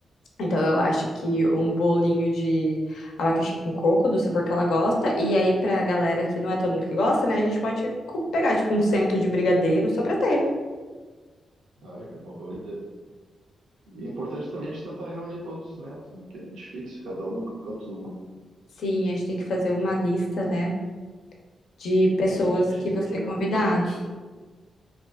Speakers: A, on the left (about 75°); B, on the right (about 80°).
A: então eu acho que um bolinho de abacaxi com coco, do sabor que ela gosta. E aí, pra galera que não é todo mundo que gosta, né? A gente pode co- pegar, tipo, um cento de brigadeiro só pra ter.
B: Ah, é uma boa ideia. E é importante também a gente tentar reunir todos os netos, né? Porque é difícil, cada um no canto do mundo,
A: Sim, a gente tem que fazer uma lista, né? De pessoas
B: para a gente
A: que
B: dizer
A: vão
B: que
A: ser
B: é muito
A: convidados.
B: importante. É